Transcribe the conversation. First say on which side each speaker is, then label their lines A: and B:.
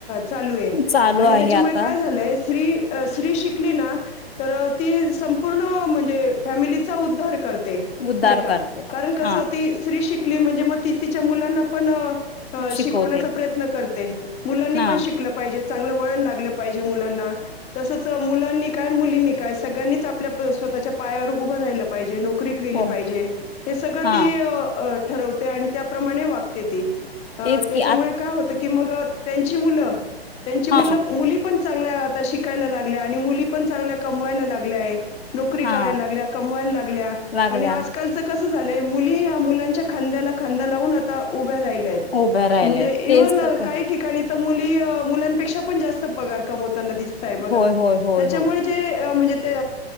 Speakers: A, on the left (about 20°); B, on the left (about 70°).
A: चालू आहे
B: चालू
A: आणि
B: आहे
A: त्याच्यामुळे
B: आता
A: काय झालंय. श्री श्री शिक तर ती संपूर्ण म्हणजे फमिलीचा उद्धार कर
B: उद्धार
A: नाही का
B: करते
A: कारण कस
B: हा
A: श्री शिक शिकली म्हणजे मग त तिच्या मुलांना पण शिकवण्याचा
B: शिकवते
A: प्रयत्न करते. मुलांनी
B: हा
A: पण शिकलं पाहिजे. चांगलं वळण लागलं पाहिजे. जे मुलांना तसंच. मुलांनी काय मुलींनी काय सगळ्यांनीच आपल्या स्वतःच्या पायावर उभं राहिलं पाहिजे. नोकरी क केली
B: हो
A: पाहिजे हे सगळ
B: हा
A: ती ठरवते आणि त्याप्रमाणे वागते तेी अ
B: तेच
A: त्याच्यामुळे
B: की आ
A: काय होत. की मग त्यांची मुलं त्यांची
B: हा
A: मुलं मुली पण चां आता शिकायला ला आणि मुली पण चांगल्या कमवायला लागल्या आहे. नोकरी
B: हा
A: करायला लागल्या कमवायला लागल्या
B: लागल्या
A: आणि आजकालचं कस झा मुली ह मुलांच्या खांद्यायाला खांदा लावून आही-या रा
B: उभ्या राहिल्या
A: म्हणजेव
B: तेच
A: इव्हान
B: तर
A: काही ठिका मुली मुलांपेक्षा पण जास्त पगार कमवत. ना दिसतय बघा.
B: होय होय होय
A: त्याच्यामुळे
B: होय
A: जे म्हणजे